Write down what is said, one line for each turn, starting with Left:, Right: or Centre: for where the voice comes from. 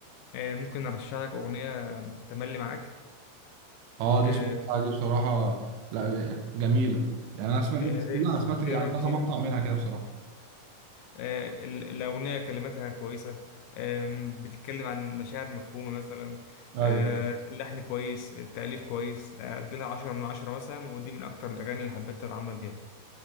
Left: آه، ممكن ارشح لك اغنيه تملي معاك
Right: اه
Left: آه،
Right: دي سمعتها دي بصراحه لا جميله يعني انا سمعت
Left: آه،
Right: مش
Left: ايه
Right: كلها سمعت يعني
Left: إيه رايك
Right: كذا
Left: فيها
Right: مقطع منها كده بصراحه
Left: آه، ال- الأغنية كلماتها كويسة آم، بتتكلم عن مشاعر مفهومة مثلا
Right: ايوه
Left: آه، اللحن كويس التأليف كويس آه، أديلها عشرة من عشرة مثلا ودي من أكتر الأغاني اللي حبيتها لعمرو دياب